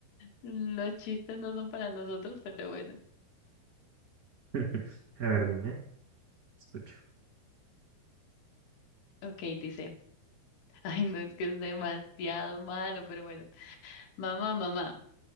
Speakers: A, on the left; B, on the right.
A: Los chistes no son para nosotros, pero bueno.
B: <laughs> A ver, dime, escucho.
A: Ok, dice. Ay, no, es que es demasiado malo, pero bueno. Mamá, mamá.